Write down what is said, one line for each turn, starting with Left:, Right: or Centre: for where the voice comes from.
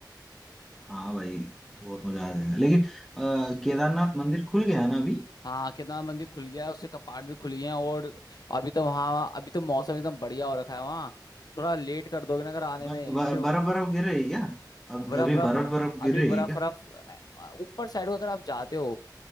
Centre: हाँ भाई बहुत मजा आ जाएगा लेकिन अ, केदारनाथ मंदिर खुल गया है ना अभी
Left: हाँ कितना मंदिर खुल गया है उसके कपाट भी खुल गए हैं और अभी तो वहाँ अभी तो मौसम एकदम बढ़िया हो रखा है वहाँ थोड़ा लेट कर दोगे ना अगर आने
Centre: ब-
Left: में
Centre: ब-
Left: फिर
Centre: बर्फ बर्फ गिर रही है क्या अब
Left: बर्फ
Centre: अभी
Left: बर्फ
Centre: बर्फ बर्फ
Left: अभी
Centre: गिर रही
Left: बर्फ
Centre: है क्या
Left: बर्फ अ, ऊपर साइड को अगर आप जाते हो